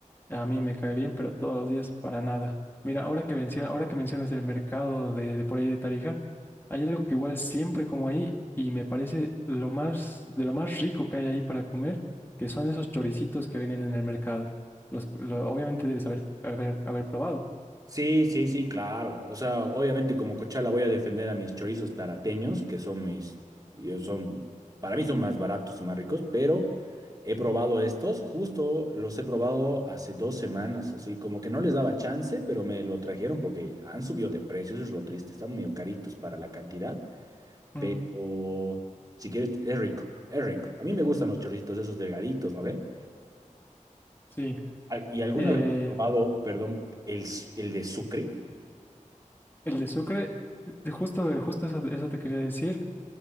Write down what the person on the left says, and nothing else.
A mí me cae bien, pero todos los días para nada. Mira, ahora que menciona, ahora que mencionas el mercado de, de por ahí de Tarija, hay algo que igual siempre como ahí y me parece lo más, de lo más rico que hay ahí para comer, que son esos choricitos que vienen en el mercado. Los, lo- obviamente debes haber, haber, haber probado.
Mm,
sí.
Eh,
el de Sucre, de justo, de justo eso, eso te quería decir.